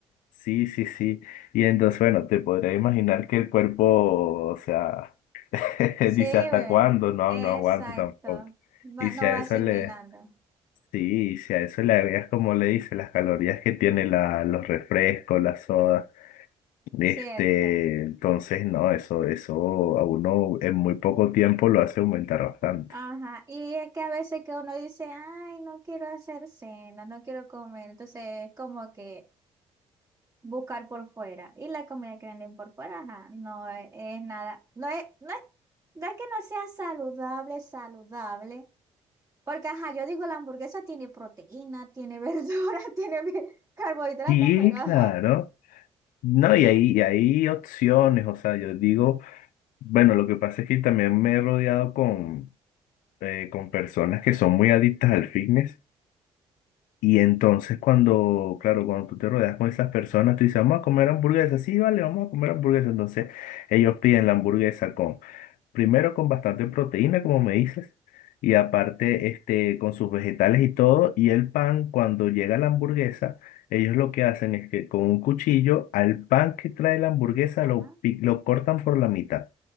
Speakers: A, on the left (about 70°); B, on the right (about 25°).
A: Sí, sí, sí. Y entonces, bueno, te podrás imaginar que el cuerpo, o sea, <laughs>
B: Sí,
A: dice
B: ve.
A: hasta cuándo, no,
B: Exacto.
A: no aguanto tampoco.
B: Va-
A: Y
B: no
A: si a
B: va
A: eso
B: asimilando.
A: le... Sí, si a eso le agregas, como le dice, las calorías que tiene la, los refrescos, las sodas, este,
B: Cierto.
A: entonces no, eso, eso a uno en muy poco tiempo lo hace aumentar bastante.
B: Ajá. Y es que a veces que uno dice, ay, no quiero hacer cena, no quiero comer. Entonces es como que buscar por fuera. Y la comida que venden por fuera, ajá, no es, es nada, no es, no es, no es que no sea saludable, saludable. Porque, ajá, yo digo, la hamburguesa tiene proteína, tiene <laughs> verdura, tiene vi- carbohidratos,
A: Sí,
B: pero ajá.
A: claro. No, y hay, y hay opciones, o sea, yo digo, bueno, lo que pasa es que también me he rodeado con, eh, con personas que son muy adictas al fitness. Y entonces cuando, claro, cuando tú te rodeas con esas personas, tú dices, vamos a comer hamburguesa. Sí, vale, vamos a comer hamburguesa. Entonces ellos piden la hamburguesa con, primero con bastante proteína, como me dices, y aparte este, con sus vegetales y todo. Y el pan, cuando llega la hamburguesa, ellos lo que hacen es que con un cuchillo al pan que trae la hamburguesa
B: Ajá.
A: lo, pi- lo cortan por la mitad.